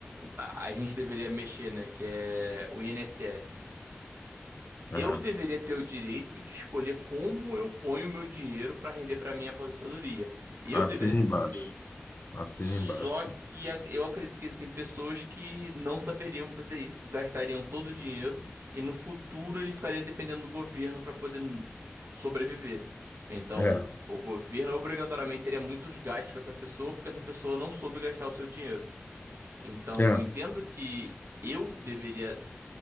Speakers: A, on the right; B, on the left.
A: a a gente deveria mexer, né? Que é o INSS.
B: É.
A: Eu deveria ter o direito de escolher como eu ponho o meu dinheiro para render para minha aposentadoria. Eu
B: Assina
A: deveria ter
B: embaixo.
A: esse direito.
B: Assina
A: Só
B: embaixo.
A: que a- eu acredito que existem pessoas que não saberiam fazer isso, gastariam todo o dinheiro e no futuro ele ficaria dependendo do governo para poder n- sobreviver. Então,
B: É,
A: o governo obrigatoriamente teria muitos gastos com essa pessoa porque essa pessoa não soube gastar o seu dinheiro. Então,
B: é.
A: eu entendo que eu deveria